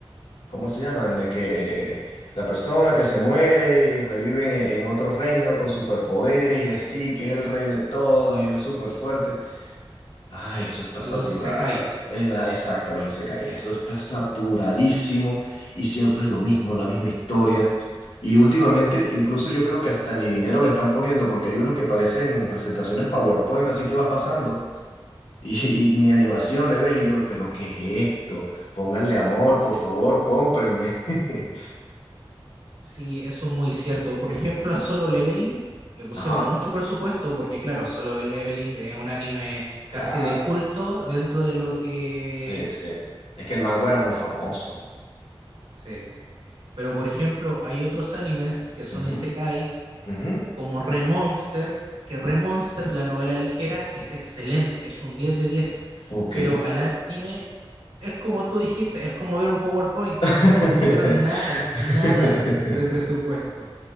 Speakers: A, on the left; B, on the right.
A: ¿cómo se llaman? De Que la persona que se muere y revive en otro reino con superpoderes y así, que es el rey de todos y es súper fuerte. Ay, eso está
B: los
A: saturada.
B: Isekai.
A: Es la exacta, los isekai. Eso está saturadísimo y siempre es lo mismo, la misma historia. Y últimamente, incluso yo creo que hasta ni dinero le están poniendo porque hay unos que parecen presentaciones PowerPoint, así que vas pasando y, y ni animación le ves. Y yo, ¿pero qué es esto? Pónganle amor, por favor, cómprenme. <laughs>
B: Sí, eso es muy cierto. Por ejemplo, a Solo Leveling le pusieron
A: Ajá,
B: mucho presupuesto porque, claro, Solo Leveling es un anime casi
A: claro.
B: de culto dentro de lo que...
A: Sí, sí. Es que el manga era muy famoso.
B: Sí. Pero, por ejemplo, hay otros animes que son
A: Ujú,
B: isekai,
A: ujú.
B: como Remonster, que Remonster, la novela ligera, es excelente, es un 10 de diez
A: Ok.
B: Pero al anime es como tú dijiste, es como ver un PowerPoint.
A: <laughs>
B: No le pusieron nada, nada de presupuesto.